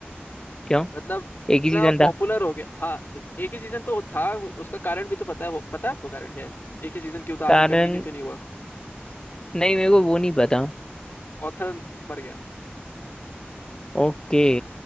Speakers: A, on the left; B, on the left.
A: क्यों
B: मतलब
A: एक ही सीजन
B: इतना पॉपुलर
A: था
B: हो गया हाँ ए- एक ही सीजन तो था उ- उसका कारण भी तो पता है हो- पता है आपको कारण क्या है एक ही सीजन क्यों था
A: कारण
B: आगे कंटिन्यू क्यों नहीं हुआ
A: नहीं मेरे को वो नहीं पता
B: ऑथर मर गया
A: ओके